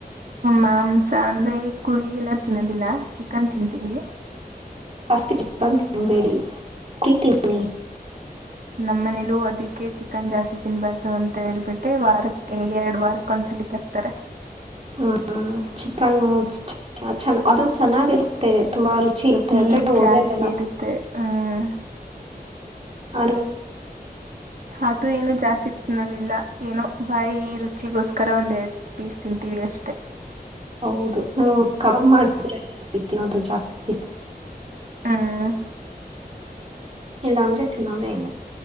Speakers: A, on the right; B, on the right.
A: ಮಾಂಸ ಅಂದ್ರೆ ಕುರಿ ಎಲ್ಲ ತಿನ್ನೋದಿಲ್ಲ ಚಿಕನ್ ತಿಂತೀವಿ.
B: ಜಾಸ್ತಿ ಚಕ್ಕನ್ ತಿನ್ಬೇಡಿ <unintelligible>
A: ನಮ್ಮನೆೇಲೂ ಅದಕ್ಕೆ ಚಿಕನ್ ಜಾಸ್ತಿ ತಿನ್ಬಾರ್ದು ಅಂತ ಹೇಳ್ಬಿಟ್ಟೆ ವಾರಕ್ಕೆ ಎರಡು ವಾರಕ್ಕೊಂದ್ಸಲ ತರ್ಥರೆ.
B: ಹ್ಮ್. ಚಿಕನ್ <unintelligible> ಅದು ಚೆನ್ನಾಗಿರುತ್ತೆದೆ ತುಂಬಾ ರುಚಿ. ಇರುತ್ತೆ
A: ಈಡ್
B: ಆದ್ರೆ ಒಳ್ಳೇದಲ್ಲ
A: ಜಾಸ್ತಿ ಇರುತ್ತೆ ಹ್ಮ್.
B: ಅ.
A: ಅದು ಏನು ಜಾಸ್ತಿ. ಲ್ಲಿಲ್ಲ ಏನೋ ಬಾಯಿ ಈ ರುಚಿಗೋಸ್ಕರ ಒಂದ್ ಎರಡು ಪೀಸ್ ತಿಂತೀವಿ ಅಷ್ಟೇ.
B: ಹೌದು ನೀ ಕಬಬ್ ಮಾಡ್ತೀರ. ವತ್ತಂದು ಜಾಸ್ತಿ.
A: ಹ್ಮ.
B: ಇಲ್ಲಾ ಅಂದ್ರೆ ತಿನ್ನೋದೇ ಇಲ್ಲ.